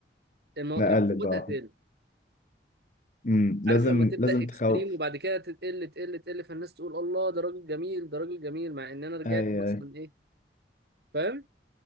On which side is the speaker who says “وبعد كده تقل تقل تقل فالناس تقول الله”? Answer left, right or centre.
Right